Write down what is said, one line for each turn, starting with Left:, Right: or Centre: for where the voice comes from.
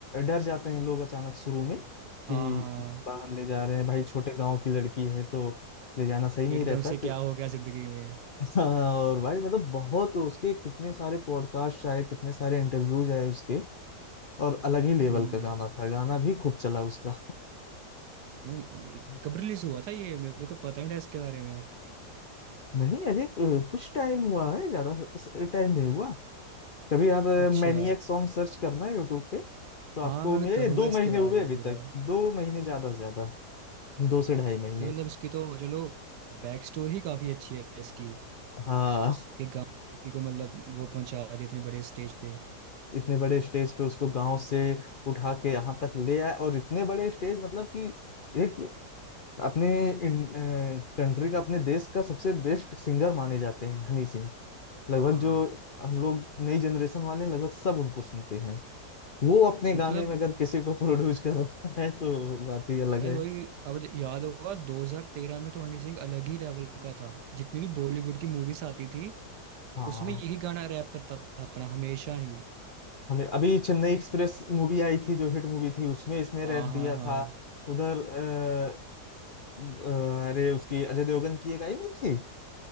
Left: डर जाते हैं लोग अचानक शुरू में
Right: हाँ
Left: कि
Right: हाँ
Left: बाहर ले जा रहे हैं भाई छोटे गांव की लड़की है तो ले जाना सही नहीं
Right: एकदम
Left: रहता
Right: से क्या
Left: तो
Right: हो गया जिंदगी में
Left: <laughs> हाँ और भाई मतलब बहुत उसके कितने सारे पॉडकास्ट आए कितने सारे इंटरव्यूज आए उसके और अलग ही लेवल
Right: हम्म
Left: का गाना था गाना भी खूब चला उसका
Right: हम्म,
Left: <laughs>
Right: कब रिलीज हुआ था ये मेरे को तो पता ही था इसके बारे में
Left: नहीं अभी अ, कुछ टाइम हुआ है ज्यादा टाइम नहीं हुआ कभी आप
Right: अच्छा
Left: मैनिएक सॉन्ग सर्च करना यूट्यूब पे तो आपको
Right: हाँ मैं
Left: मेरे
Right: भी करूँगा
Left: ये दो
Right: इसके
Left: महीने
Right: बाद
Left: हुए
Right: ही
Left: अभी
Right: पूरा
Left: तक दो महीने ज्यादा से ज्यादा दो से ढाई महीने
Right: अरे मतलब इसकी तो चलो बैक स्टोरी ही काफ़ी अच्छी है इसकी
Left: हाँ
Right: कि गांव की लड़की को मतलब वो पहुंचा दिया इतने बड़े स्टेज पे
Left: इतने बड़े स्टेज पे उसको गांव से उठा के यहाँ तक ले आए और इतने बड़े स्टेज मतलब कि एक अपने कंट्री का अपने देश का सबसे बेस्ट सिंगर माने जाते हैं हनी सिंह लगभग
Right: हाँ
Left: जो हम लोग नई जनरेशन वाले हैं, लगभग सब उनको सुनते हैं वो अपने
Right: मतलब
Left: गाने में अगर किसी को प्रोड्यूस कर रहा है तो बात ही अलग
Right: भाई
Left: है
Right: वही अब ज- याद होगा 2013 में तो हनी सिंह अलग ही लेवल का था जितनी भी बॉलीवुड की मूवीज आती थी तो
Left: हाँ
Right: उसमें यही गाना रैप करता था अपना हमेशा ही
Left: हमें अभी चेन्नई एक्सप्रेस मूवी आई थी जो हिट मूवी थी उसमें इसने रैप
Right: आ हाँ
Left: दिया था
Right: हाँ
Left: उधर अ, अ, अरे उसकी अजय देवगन की एक आई नहीं थी